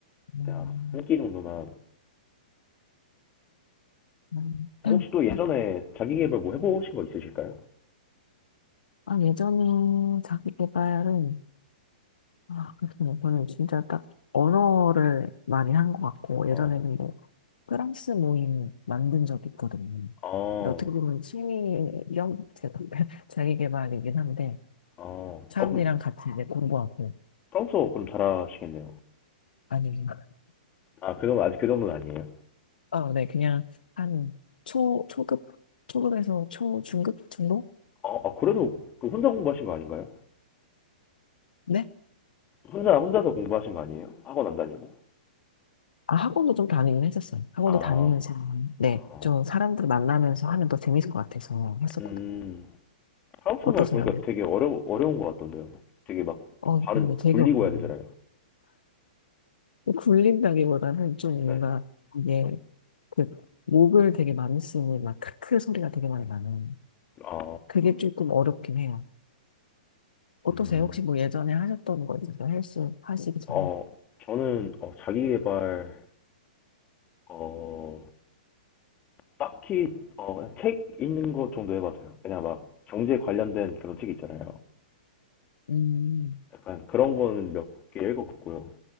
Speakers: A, on the left; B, on the left.
A: 음,
B: 그냥 한 끼 정도만.
A: 음.
B: 그럼
A: <clears throat>
B: 혹시 또 예전에 자기 계발 뭐 해보신 거 있으실까요?
A: 아, 예전에 자기 개발은 아, 그렇군요. 저는 진짜 딱 언어를 많이 한 것 같고
B: 어,
A: 예전에는 뭐 프랑스 모임 만든 적 있거든요.
B: 어,
A: 근데 어떻게 보면 취미 겸 <laughs> 자기 개발이긴 한데
B: 어.
A: 사람들이랑
B: 어, 그럼
A: 같이 이제 공부하고
B: 프랑스어 그럼 잘하시겠네요.
A: 아니
B: 아, 그 정도, 아직 그 정도는 아니에요?
A: 어, 네, 그냥 한 초, 초급, 초급에서 초, 중급 정도?
B: 어, 아, 그래도 그 혼자 공부하신 거 아닌가요?
A: 네?
B: 혼자, 혼자서 공부하신 거 아니에요? 학원 안 다니고?
A: 아, 학원도 좀 다니긴 했었어요. 학원도
B: 아,
A: 다니면서, 네,
B: 아.
A: 좀 사람들 만나면서 하면 더 재밌을 것 같아서 했었거든요.
B: 음. 프랑스어
A: 어떠세요?
B: 말 보니까
A: 네.
B: 되게 어려, 어려운 것 같던데요. 되게 막
A: 어,
B: 발음
A: 네, 되게,
B: 굴리고
A: 음,
B: 해야 되잖아요.
A: 굴린다기보다는 좀 뭔가,
B: 네.
A: 이게, 그, 목을 되게 많이 쓰는, 막, 크크 소리가 되게 많이 나는.
B: 아,
A: 그게 조금 어렵긴 해요. 어떠세요?
B: 음.
A: 혹시 뭐 예전에 하셨던 거 있으세요? 헬스 하시기 전에?
B: 어, 저는 어, 자기계발 어, 딱히 어, 그냥 책 읽는 것 정도 해봤어요. 그냥 막 경제 관련된 그런 책 있잖아요.
A: 음,
B: 약간 그런 거는 몇 개 읽어봤고요.